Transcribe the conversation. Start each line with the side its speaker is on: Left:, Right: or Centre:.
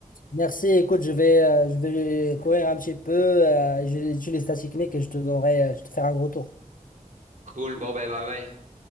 Left: Merci. Écoute, je vais, euh, je vais courir un petit peu, euh, je vais étudier les stats techniques et je te donnerai, euh, je te ferai un gros tour.
Right: Cool, bon, ben, bye bye.